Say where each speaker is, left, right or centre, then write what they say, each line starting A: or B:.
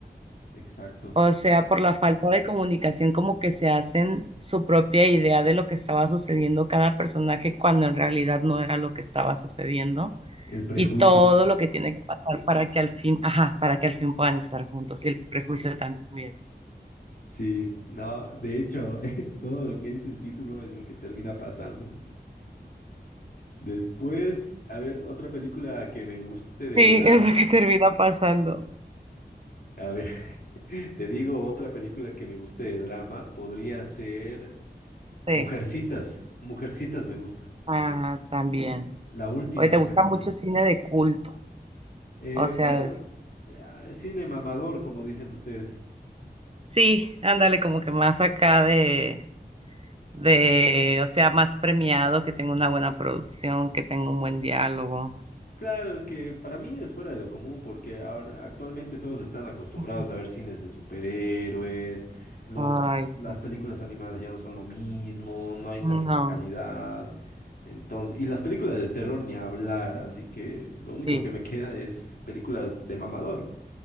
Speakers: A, on the left (about 55°); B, on the right (about 35°).
A: Exacto,
B: O sea, por la falta de comunicación, como que se hacen su propia idea de lo que estaba sucediendo cada personaje cuando en realidad no era lo que estaba sucediendo
A: el prejuicio.
B: y todo lo que tiene que pasar para que al fin, ajá, para que al fin puedan estar juntos y el prejuicio también.
A: Sí, no, de hecho, <laughs> todo lo que dice el título es lo que termina pasando. Después, a ver, otra película que me guste de
B: Sí,
A: drama.
B: es lo que termina pasando.
A: A ver, <laughs> te digo, otra película que me guste de drama podría ser
B: Sí,
A: Mujercitas. Mujercitas me gusta.
B: ah, también.
A: La última
B: Oye, ¿te gusta
A: película.
B: mucho cine de culto?
A: Eh,
B: O sea,
A: bueno, eh, ah, cine mamador, como dicen ustedes.
B: sí, ándale, como que más acá de de, o sea, más premiado, que tenga una buena producción, que tenga un buen diálogo.
A: Claro, es que para mí es fuera de lo común porque ahora actualmente todos están acostumbrados
B: Ujú.
A: a ver cines de superhéroes, los,
B: Ay,
A: las
B: sí.
A: películas animadas ya no son lo mismo, no hay la
B: no,
A: misma calidad. Entonces, y las películas de terror ni hablar, así que lo único
B: sí,
A: que me queda es películas de mamador.